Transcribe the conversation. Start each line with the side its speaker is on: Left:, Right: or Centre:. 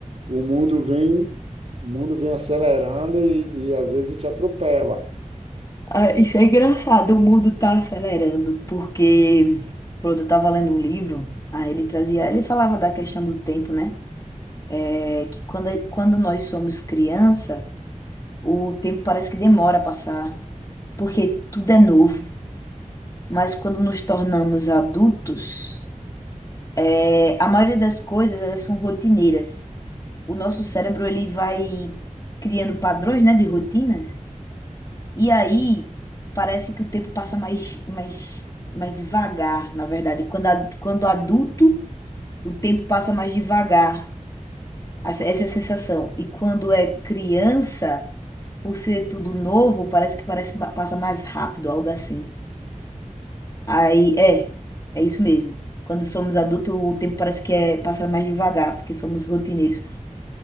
Right: O mundo vem, o mundo vem acelerando e, e às vezes te atropela.
Left: Ah, isso é engraçado, o mundo tá acelerando, porque quando eu tava lendo um livro, aí ele trazia, ele falava da questão do tempo, né? É que quando, quando nós somos criança, o tempo parece que demora a passar, porque tudo é novo. Mas quando nos tornamos adultos, é, a maioria das coisas, elas são rotineiras. o nosso cérebro ele vai criando padrões, né, de rotinas. E aí parece que o tempo passa mais mais mais devagar, na verdade. Quando a- quando adulto, o tempo passa mais devagar. Essa essa é a sensação. E quando é criança, por ser tudo novo, parece que parece ma- passa mais rápido, algo assim. Aí é, é isso mesmo. Quando somos adultos, o tempo parece que é, passa mais devagar, porque somos rotineiros.